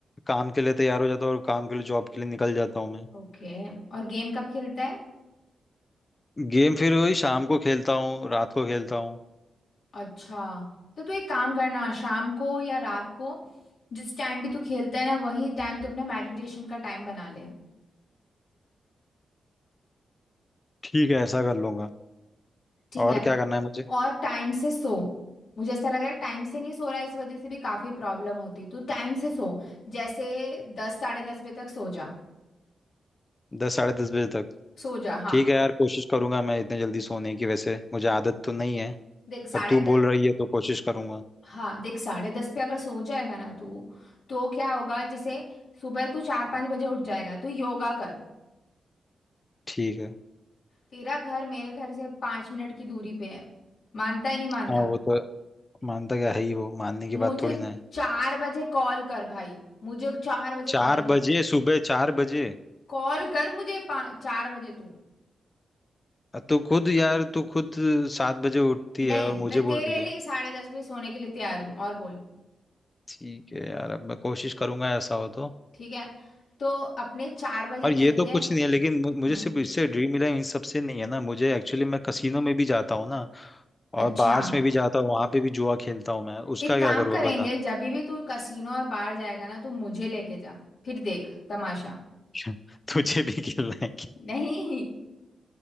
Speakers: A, on the left; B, on the left.
A: काम के लिए तैयार हो जाता हूँ और काम के लिए जॉब के लिए निकल जाता हूँ मैं
B: ओके और गेम कब खेलता है
A: गेम फिर वही शाम को खेलता हूँ रात को खेलता हूँ
B: अच्छा तो तू एक काम करना शाम को या रात को जिस टाइम भी तू खेलता है ना वही टाइम तू अपना मेडिटेशन का टाइम बना ले
A: ठीक है ऐसा कर लूंगा
B: ठीक
A: और
B: है
A: क्या करना है मुझे
B: और टाइम से सो मुझे ऐसा लग रहा है टाइम से नहीं सो रहा है इस वजह से भी काफी प्रॉब्लम होती है तू टाइम से सो जैसे दस साढ़े दस बजे तक सो जा
A: दस साढ़े दस बजे तक
B: सो जा हाँ
A: ठीक है यार कोशिश करूंगा मैं इतने जल्दी सोने की वैसे मुझे आदत तो नहीं है
B: देख साढ़े
A: पर तू बोल रही है तो कोशिश करूंगा
B: हाँ देख साढ़े दस पे अगर सो जाएगा ना तू तो क्या होगा जैसे सुबह तू चार पाँच बजे उठ जाएगा तू योगा कर
A: ठीक है
B: तेरा घर मेरे घर से पाँच मिनट की दूरी पे है मानता है नहीं मानता
A: हाँ वो तो मानता क्या है ही वो मानने
B: मुझे
A: की बात थोड़ी ना है
B: चार बजे कॉल कर भाई मुझे चार बजे
A: चार
B: कॉल कर
A: बजे सुबह चार बजे
B: कॉल कर मुझे पा- चार बजे तू
A: तो खुद यार तू खुद सात बजे उठती
B: नहीं
A: है और मुझे
B: मैं
A: बोल
B: तेरे
A: रही
B: लिए
A: है
B: साढ़े दस बजे सोने के लिए तैयार हूँ और बोल
A: ठीक है यार अब मैं कोशिश करूंगा ऐसा हो तो
B: ठीक है तो अपने चार बजे
A: और
B: मिलते
A: ये तो कुछ
B: हैं
A: नहीं है लेकिन मु- मुझे
B: हम्म
A: सिर्फ इससे ड्रीम मिला है, इन सबसे नहीं है ना मुझे एक्चुअली मैं कसिनो में भी जाता हूँ ना और
B: अच्छा
A: बार्स में भी जाता हूँ वहां पे भी जुआ खेलता हूँ मैं उसका
B: एक
A: क्या
B: काम
A: करूँगा
B: करेंगे
A: बता
B: जब भी तू कसीनो और बाहर जाएगा ना तू मुझे लेके जा फिर देख तमाशा
A: <laughs> तुझे भी खेलना है कि-
B: नहीं